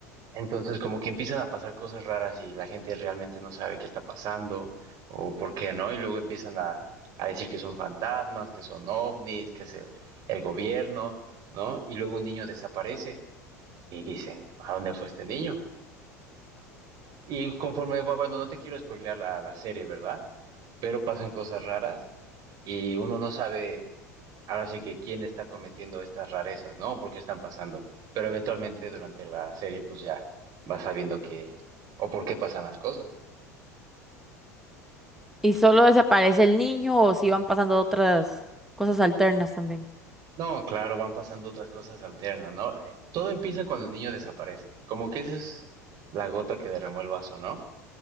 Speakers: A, on the right (about 45°); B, in the centre.
A: Entonces como que empiezan a pasar cosas raras y la gente realmente no sabe qué está pasando o por qué, ¿no? Y luego empiezan a, a decir que son fantasmas, que son ovnis, que es el, el gobierno, ¿no? Y luego un niño desaparece y dicen, ¿a dónde fue este niño? Y conforme va, bueno, no te quiero spoilear la, la serie, ¿verdad? Pero pasan cosas raras y uno no sabe Ahora sí que quién está cometiendo estas rarezas, ¿no? ¿Por qué están pasando? Pero eventualmente durante la serie pues ya vas sabiendo qué o por qué pasan las cosas.
B: ¿Y solo desaparece el niño o si van pasando otras cosas alternas también?
A: No, claro, van pasando otras cosas alternas, ¿no? Eh, Todo empieza cuando el niño desaparece. Como que esa es la gota que derramó el vaso, ¿no?